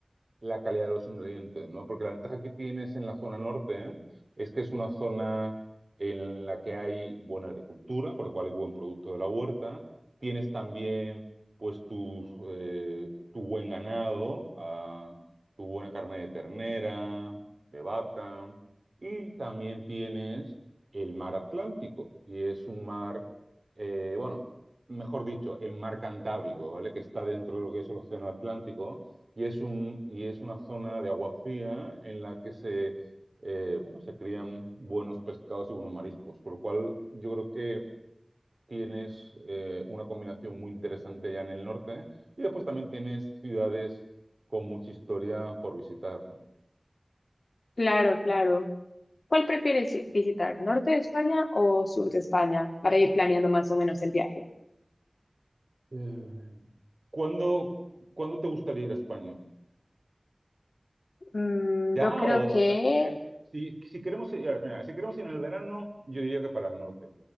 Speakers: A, on the right; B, on the left.
A: la calidad de los ingredientes, ¿no? Porque la ventaja que tienes en la zona norte ¿eh? es que es una zona en la que hay buena agricultura, por lo cual hay buen producto de la huerta. Tienes también, pues, tus, eh, tu buen ganado, ah, tu buena carne de ternera, de vaca, y también tienes el mar Atlántico, y es un mar, eh, bueno, mejor dicho, el mar Cantábrico, ¿vale? Que está dentro de lo que es el océano Atlántico y es un, y es una zona de agua fría en la que se, eh, bueno, se crían buenos pescados y buenos mariscos, con lo cual yo creo que tienes eh, una combinación muy interesante ya en el norte y después también tienes ciudades con mucha historia por visitar, ¿no?
B: Claro, claro. ¿Cuál prefieres si-, visitar, norte de España o sur de España, para ir planeando más o menos el viaje?
A: Eh, ¿Cuándo, cuándo te gustaría ir a España?
B: Mm,
A: ¿Ya?
B: yo creo
A: O,
B: que,
A: o sea, eh, si, si queremos ir, a ver, mira, si queremos ir en el verano, yo diría que para el norte.